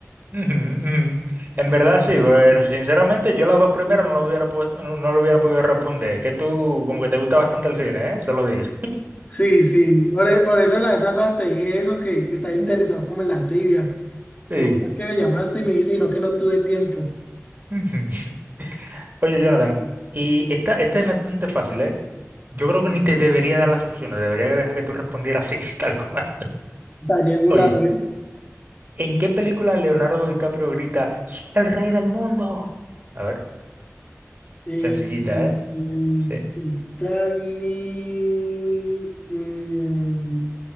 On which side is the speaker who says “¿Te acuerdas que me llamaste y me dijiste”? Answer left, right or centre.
Left